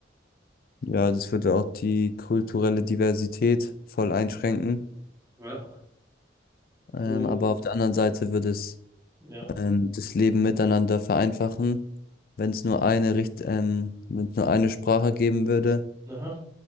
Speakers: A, on the left; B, on the right.
A: Ja, das würde auch die kulturelle Diversität voll einschränken.
B: Ja.
A: Ähm,
B: Und,
A: aber auf der anderen Seite würde es
B: ja,
A: ähm, das Leben miteinander vereinfachen, wenn es nur eine Richt ähm, wenn es nur eine Sprache geben würde.
B: aha.